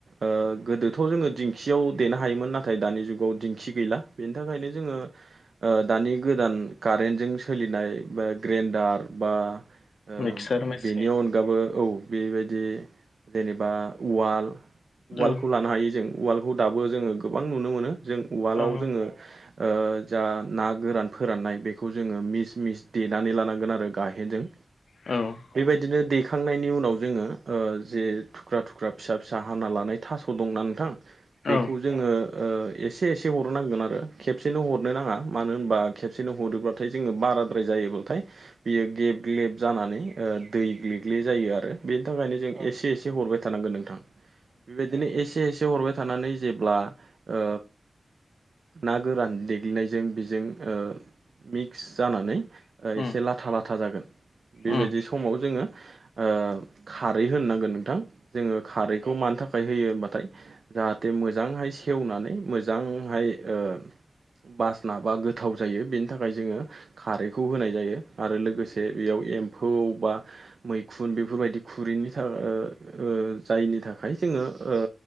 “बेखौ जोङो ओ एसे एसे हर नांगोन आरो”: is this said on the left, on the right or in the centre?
Right